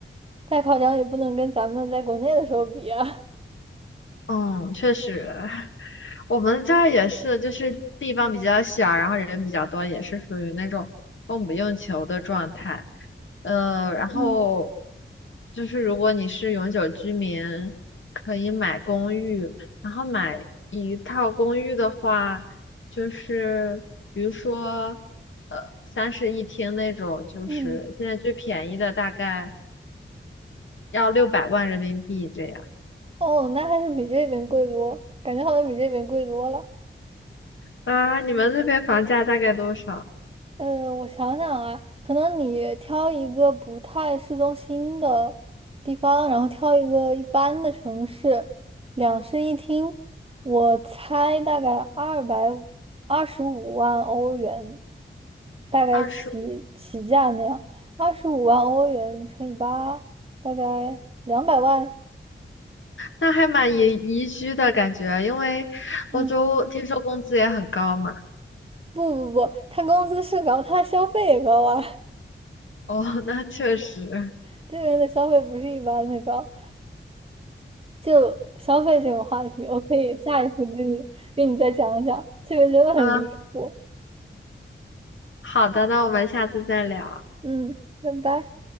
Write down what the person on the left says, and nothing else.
嗯，确实，我们这儿也是，就是地方比较小，然后人比较多，也是属于那种供不应求的状态。呃，然后
就是如果你是永久居民，可以买公寓，然后买一套公寓的话，就是比如说呃三室一厅那种，就是现在最便宜的大概
要六百万人民币这样。
啊，你们那边房价大概多少？
二十
那还蛮宜宜居的感觉，因为欧洲听说工资也很高嘛。
哦，<laughs> 那确实。
嗯，好的，那我们下次再聊。